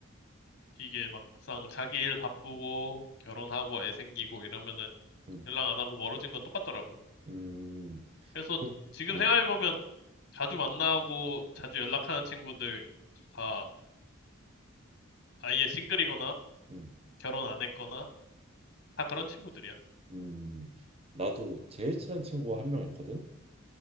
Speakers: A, on the left; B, on the right.
A: 이게 막상 자기 일 바쁘고, 결혼하고, 애 생기고 이러면은
B: 음,
A: 연락 안 하고 멀어진 건 똑같더라고.
B: 음,
A: 그래서
B: 음,
A: 지금
B: 음.
A: 생각해보면 자주 만나고, 자주 연락하는 친구들 다 아예 싱글이거나,
B: 음,
A: 결혼 안 했거나, 다 그런 친구들이야.
B: 음, 나도 제일 친한 친구가 한 명 있거든.